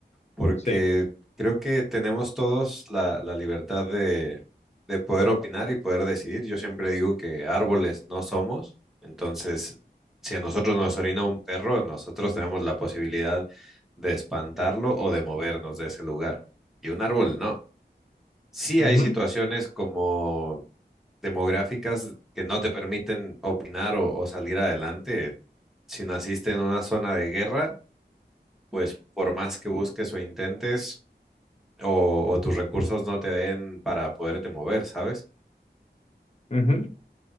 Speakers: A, in the centre; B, on the left.
A: porque
B: Sí.
A: creo que tenemos todos la, la libertad de, de poder opinar y poder decidir. Yo siempre digo que árboles no somos, entonces si a nosotros nos orina un perro, nosotros tenemos la posibilidad de espantarlo o de movernos de ese lugar. Y un árbol no. Sí
B: Ujú.
A: hay situaciones como demográficas que no te permiten opinar o, o salir adelante. Si naciste en una zona de guerra, pues por más que busques o intentes, o, o tus recursos no te den para poderte mover, ¿sabes?
B: Ujú.